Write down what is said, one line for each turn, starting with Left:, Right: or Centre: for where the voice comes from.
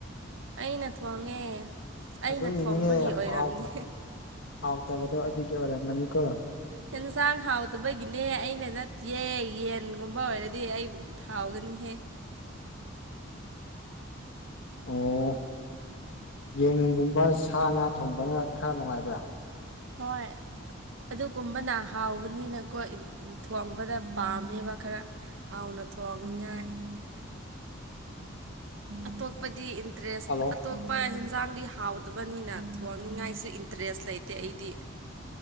Right: ꯑꯩꯅ ꯊꯣꯡꯉꯦ ꯑꯩꯅ
Left: ꯑꯗꯨꯒꯤꯅꯤꯅꯦ
Right: ꯊꯣꯡꯕꯒꯤ ꯑꯣꯏꯔꯝꯅꯤ
Left: ꯍꯥꯎ ꯍꯥꯎꯇꯕꯗꯣ ꯑꯗꯨꯒꯤ ꯑꯣꯏꯔꯝꯒꯅꯤꯀꯣ
Right: ꯍ‌ꯦꯟꯁꯥꯡ ꯍꯥꯎꯇꯕꯒꯤꯅꯦ ꯑꯩꯅ ꯅꯠꯇꯤꯌ‌ꯦ ꯌꯦꯟꯒꯨꯝꯕ ꯑꯣꯏꯔꯗꯤ ꯑꯩ ꯊꯥꯎꯒꯅꯤꯍꯦ
Left: ꯑꯣ ꯌꯦꯟꯒꯨꯝꯕ ꯁꯥ ꯉꯥ ꯊꯣꯡꯕꯅ ꯈꯔ ꯅꯨꯡꯉꯥꯏꯕ꯭ꯔꯥ
Right: ꯍꯣꯏ ꯑꯗꯨꯒꯨꯝꯕꯅ ꯍꯥꯎꯕꯅꯤꯅꯀꯣ ꯊꯣꯡꯕꯗ ꯄꯥꯝꯃꯦꯕ ꯈꯔ ꯍꯥꯎꯅ ꯊꯣꯡꯅꯤꯉꯥꯏ ꯑꯇꯣꯞꯄꯗꯤ ꯏꯟꯇꯔꯦꯁ
Left: ꯍꯜꯂꯣ
Right: ꯑꯇꯣꯞꯄ ꯍꯦꯟꯖꯥꯡꯗꯤ ꯍꯥꯎꯗꯕꯅꯤꯅ ꯊꯣꯡꯅꯤꯡꯉꯥꯏꯁꯨ ꯏꯟꯇꯔꯦꯁ ꯂꯩꯇꯦ ꯑꯩꯗꯤ